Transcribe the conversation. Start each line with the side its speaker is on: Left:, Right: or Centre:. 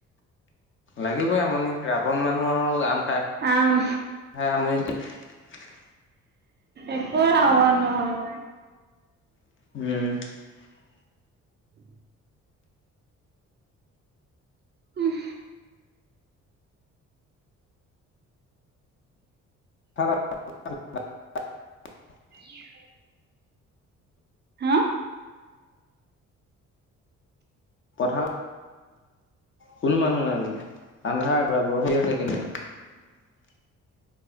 Left: লাগিবই আমনি ৰাৱণ মানুহ আৰু আম খ
Right: আম
Left: হ আমট <unintelligible>
Right: একো হাৱোৱা নহয় ম
Left: উম
Right: উম উম
Left: খ <unintelligible>
Right: <inaudible> হা
Left: পথাৰ কোনো মানুহ নাই বোলে আন্ধাৰ পৰা বৰষুণ দি আছে কিন কিনীয়া